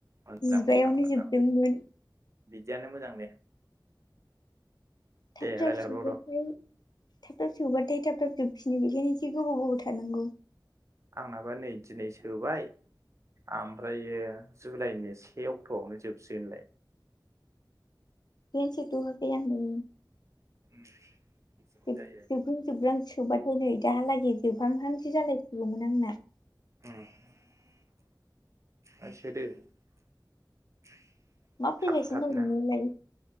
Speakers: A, on the right; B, on the left.
A: मोजां
B: जिबायावनो
A: मोजां मोजां
B: जोबदोंमोन
A: बिदियानो मोजां दे दे
B: थाब थाब
A: रायलायहरबाव
B: सुबाथाय
A: र'
B: थाब थाब सुबबाथाय थाब थाब जो <unintelligible> गोबाव गोबाव थानांगौ
A: आंनाबा नै दिनै सोबाय ओमफ्रायो जुलाइनि से अक्ट'आवनो जोबसिगोनलाय
B: मिनथितवाखै आंबो
A: <unintelligible>
B: <unintelligible>
A: जायो
B: जिब्रां जोब्रां सुबाथाय नै दाहालागि बिफां फांसे जालायसिगौमोन <unintelligible>
A: ओम <unintelligible>
B: मा फैगासिनो
A: थाब थाबनो
B: दं
A: मा
B: नोंनोलाय